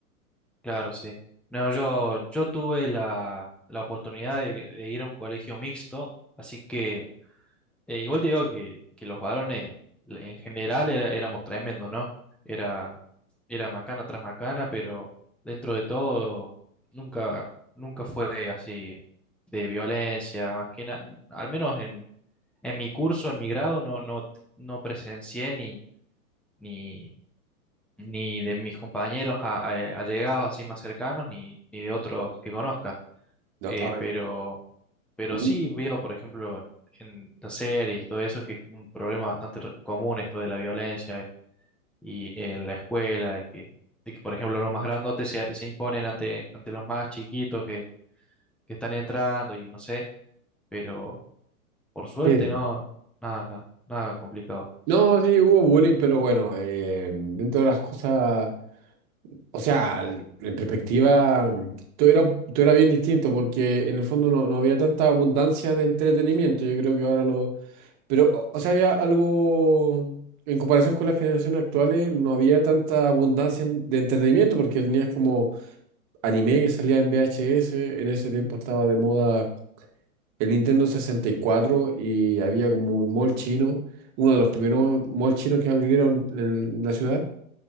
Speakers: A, in the centre; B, on the right (about 40°).
A: claro, sí. No, yo, yo tuve la, la oportunidad de, de ir a un colegio mixto, así que eh, igual te digo que, que los varones en general era- éramos tremendos, ¿no? Era, era macana tras macana, pero dentro de todo nunca, nunca fue así de violencia, más que nada, al menos en, en mi curso, en mi grado, no, no, no presencié ni, ni, ni de mis compañeros a- a- allegados así más cercanos, ni, ni de otros que conozca.
B: No,
A: Eh,
B: ay,
A: pero, pero
B: mm,
A: sí veo, por ejemplo, en las series y todo eso, que es un problema bastante re- común esto de la violencia y en la escuela, de que, de que, por ejemplo, los más grandotes se, se imponen ante, ante los más chiquitos que, que están entrando y no sé, pero por suerte
B: sí.
A: no, nada, nada, nada complicado.
B: No, sí, hubo bullying, pero bueno, eh, dentro de las cosas... O sea, l- en perspectiva, mm, todo era, todo era bien distinto porque en el fondo no, no había tanta abundancia de entretenimiento. Yo creo que ahora lo... Pero, o, o sea, había algo, en comparación con las generaciones actuales, no había tanta abundancia en- de entretenimiento porque tenías como anime que salía en VHS. En ese tiempo estaba de moda el Nintendo 64 y cuatro y había como un mall chino, uno de los primeros malls chinos que abrieron en la ciudad